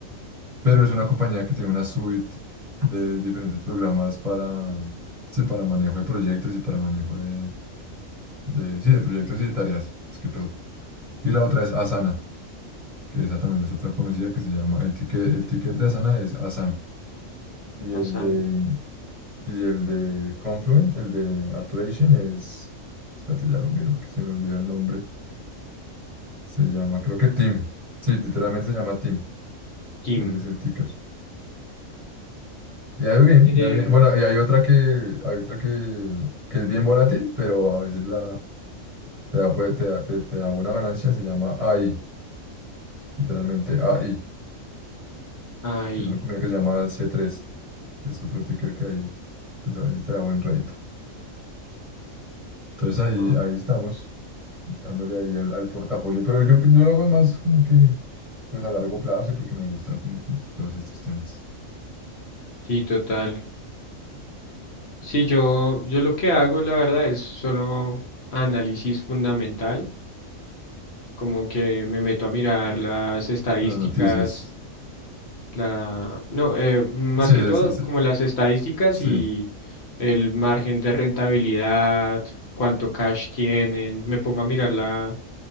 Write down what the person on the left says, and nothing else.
Asan
Kim.
Tere,
Ahí.
Ah,
Sí, total. Sí, yo, yo lo que hago, la verdad, es solo análisis fundamental. como que me meto a mirar las estadísticas,
la, no, eh, más
que
todo
como las estadísticas
y el margen de rentabilidad, cuánto cash tienen, me pongo a mirar la,